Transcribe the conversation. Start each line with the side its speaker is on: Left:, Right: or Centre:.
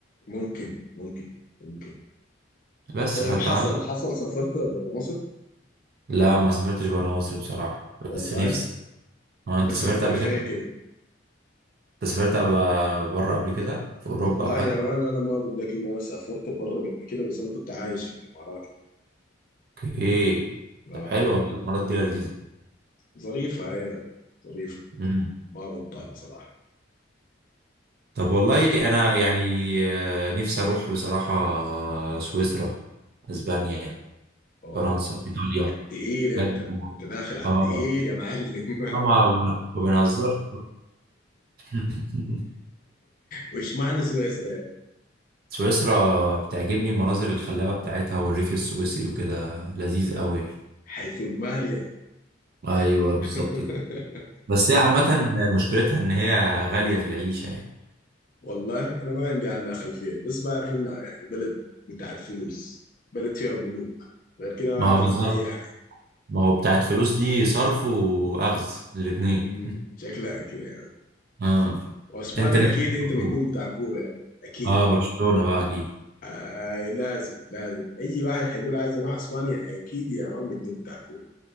Left: ممكن ممكن ممكن
Right: بس
Left: طيب
Right: فأنت
Left: حصل
Right: عندك
Left: حصل سافرت بره مصر
Right: لا ما سافرتش برا مصر بصراحة
Left: والله
Right: بس نفسي هو أنت
Left: نفسك
Right: سافرت
Left: تروح
Right: قبل
Left: فين
Right: كده؟
Left: كده
Right: أنت سافرت أب- برا قبل كده في أوروبا
Left: والله
Right: أو حاجة؟
Left: يا مان انا ما اقول لك انه انا سافرت بره قبل كده بس انا كنت عايش في الامارات يعني
Right: أوكي
Left: آه.
Right: طب حلو والله المرات دي لذيذة
Left: ظريفه هي ظريفه
Right: مم.
Left: ما بطال صراحه
Right: طب والله أنا يعني آه، نفسي أروح بصراحة آه، سويسرا أسبانيا
Left: اوه
Right: فرنسا إيطاليا
Left: على التقيل انت
Right: بجد
Left: انت داخل على
Right: آه
Left: التقيل يا معلم <laughs>
Right: آه، ما ما بنهزرش <laughs>
Left: وش معنى سويسرا يا مان؟
Right: سويسرا بتعجبني المناظر الخلابة بتاعتها والريف السويسري وكده لذيذ قوي يعني.
Left: حيث المال يا
Right: ايوه بالظبط
Left: مان.
Right: كده
Left: <laughs>
Right: بس هي عامة مشكلتها إن هي غالية في العيشة يعني
Left: والله انا ما عندي عنها خلفيه بس بعرف انها يعني بلد بتاعت فلوس بلد فيها بنوك غير كده
Right: ما
Left: ما اعرف
Right: هو بالظبط
Left: عنها اي حاجه
Right: ما هو بتاعت فلوس دي صرف وأخذ الاتنين
Left: امم شكلها كده يعني
Right: اه
Left: واسبانيا
Right: أنت نفسك
Left: اكيد انت
Right: تروح
Left: مجنون
Right: فين؟
Left: بتاع كوره يعني اكيد
Right: اه برشلونة بقى أكيد
Left: آه لازم لازم اي واحد هيقول عايز اروح اسبانيا اكيد يا مان مجنون بتاع كوره